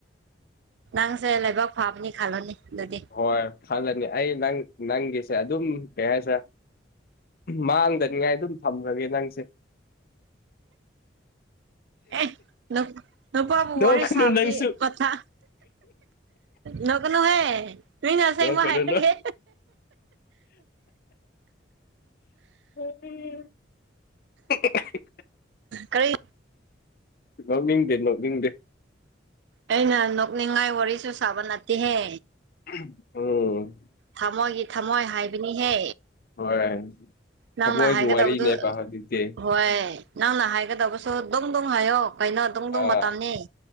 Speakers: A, on the right; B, on the left.
A: ꯅꯪꯁꯦ ꯂꯩꯕꯥꯛ ꯐꯥꯕꯅꯤ ꯈꯜꯂꯨꯅꯦ ꯑꯗꯨꯗꯤ
B: ꯍꯣꯏ ꯈꯜꯂꯅꯤ ꯑꯩ ꯅꯪ ꯅꯪꯒꯤꯁꯦ ꯑꯗꯨꯝ ꯀꯩ ꯍꯥꯏꯁꯤꯔꯥ ꯃꯥꯡꯗꯅꯤꯉꯥꯏ ꯑꯗꯨꯝ ꯊꯝꯈꯒꯦ ꯅꯪꯁꯦ
A: ꯑꯦ ꯅꯨꯄꯥꯕꯨ
B: ꯅꯣꯛꯀꯅꯨ
A: ꯋꯥꯔꯤ ꯁꯥꯕꯗꯤ
B: ꯅꯪꯁꯨ
A: ꯀꯊꯥ ꯅꯣꯛꯀꯅꯨꯍꯦ꯫ ꯃꯤꯅ ꯑꯁꯦꯡꯕ
B: ꯅꯣꯛꯀꯅꯨ
A: ꯍꯥꯏꯔꯒꯦ
B: ꯅꯣꯛ <unintelligible>
A: ꯀꯔꯤ
B: ꯅꫭꯛꯅꯤꯡꯗꯦ ꯅꫭꯛꯅꯤꯡꯗꯦ
A: ꯑꯩꯅ ꯅꯣꯛꯅꯤꯡꯉꯥꯏ ꯋꯥꯔꯤꯁꯨ ꯁꯥꯕ ꯅꯠꯇꯦꯍꯦ
B: <unintelligible> ꯑꯣ
A: ꯊꯝꯃꯣꯏꯒꯤ ꯊꯝꯃꯣꯏ ꯍꯥꯏꯕꯅꯤꯍꯦ
B: ꯍꯣꯏ
A: ꯅꯪꯅ
B: ꯊꯃꯣꯏꯒꯤ
A: ꯍꯥꯏꯒꯗꯕꯗꯨ
B: ꯋꯥꯔꯤꯅꯦꯕ ꯍꯧꯖꯤꯛꯇꯤ
A: ꯍꯣꯏ ꯅꯪꯅ ꯍꯥꯏꯒꯗꯕꯁꯨ ꯗꫭꯛ ꯗꫭꯛ ꯍꯥꯏꯌꯣ ꯀꯩꯅꯣ ꯗꯨꯡ ꯗꯨꯡ
B: ꯑꯥ
A: ꯃꯇꯝꯅꯤ